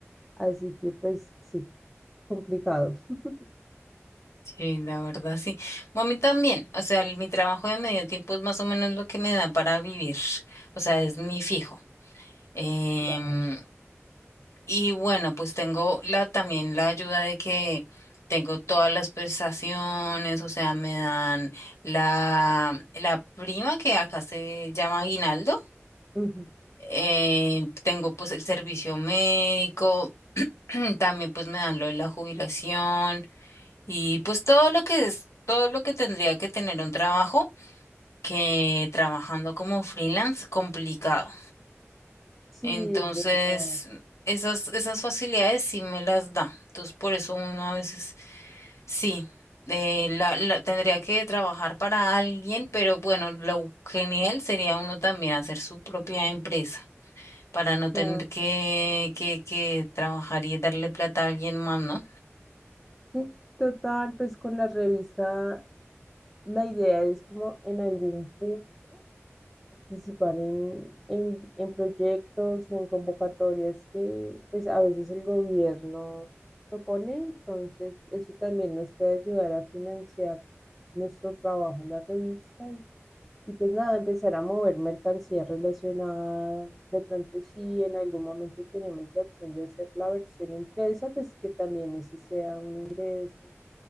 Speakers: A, in the centre; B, on the left (about 75°).
A: Así que pues sí, complicado. <laughs>
B: Sí, la verdad, sí. Bueno, a mí también, o sea, el- mi trabajo de medio tiempo es más o menos lo que me da para vivir, o sea, es mi fijo. Em,
A: Claro.
B: y bueno, pues tengo la, también la ayuda de que tengo todas las prestaciones, o sea, me dan la, la prima que acá se llama aguinaldo,
A: Ujú.
B: em, tengo pues el servicio médico, <clears throat> también pues me dan lo de la jubilación. Y pues todo lo que es, todo lo que tendría que tener un trabajo, que trabajando como freelance, complicado.
A: Sí,
B: Entonces,
A: es verdad.
B: esas, esas facilidades sí me las da. Entonces, por eso uno a veces sí, eh, la, la- tendría que trabajar para alguien, pero bueno, lo genial sería uno también hacer su propia empresa para no tener
A: Claro.
B: que, que, que trabajar y darle plata a alguien más, ¿no?
A: Sí, total, pues con la revista la idea es como en algún punto. participar en, en, en proyectos, en convocatorias que pues a veces el gobierno propone, entonces eso también nos puede ayudar a financiar nuestro trabajo en la revista y, y pues nada, empezar a mover mercancía relacionada, de pronto si en algún momento tenemos la opción de hacer la versión impresa, pues que también ese sea un ingreso